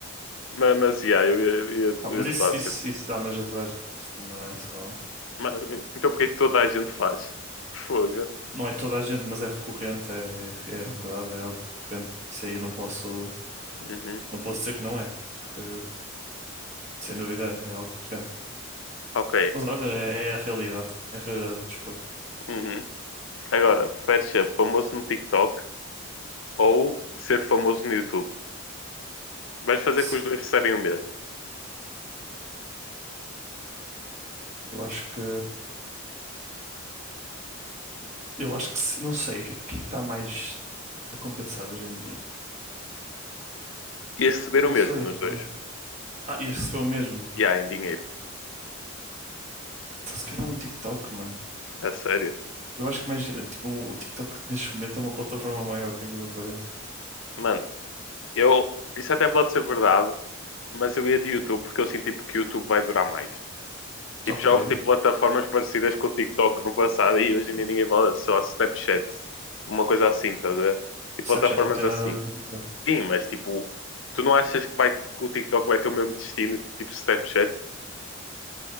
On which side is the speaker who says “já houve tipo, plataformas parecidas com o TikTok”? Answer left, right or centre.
Left